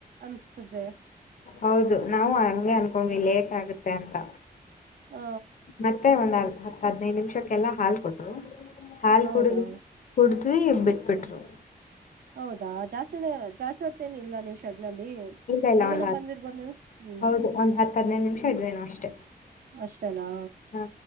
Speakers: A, on the right; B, on the left.
A: ಅನ್ಸ್ತದೆ
B: ಹೌದು ನಾವು ಹಗೆ ಅನ್ಕೊಂಡ್ವಿ ಲೇಟ್ ಆಗುತ್ತೆ ಅಂತ
A: ಹ
B: ಮತ್ತೆ ಒಂದ್ ಹತ್ ಹದ್ನೈದು ನಿಮಿಷಕ್ಕೆಲ್ಲಾ ಹಾಲ್ ಕೊಟ್ರು ಹಾಲ್
A: ಹೌದಾ
B: ಕುಡುದು ಕುಡಿದ್ವಿ ಬಿಟ್ ಬಿಟ್ರು
A: ಹೌದಾ ಜಾಸ್ತಿನ ಜಾಸ್ತಿ ಹೊತ್ತೇನು ಇಲ್ಲ ನಿವ್ ಶೆಡ್ ನಲ್ಲಿ
B: ಇಲ್ಲ ಇಲ್ಲ
A: ಬೇಗನೆ
B: ಒಂದ್
A: ಬಂದಿರ್ಬೋದ್ ನೀವು ಹ್ಮ್
B: ಹೌದು ಒಂದ್ ಹತ್ತು ಹದ್ನೈದು ನಿಮಿಷ ಇದ್ವೇನು ಅಷ್ಟೇ
A: ಅಷ್ಟೇನಾ
B: ಹಾ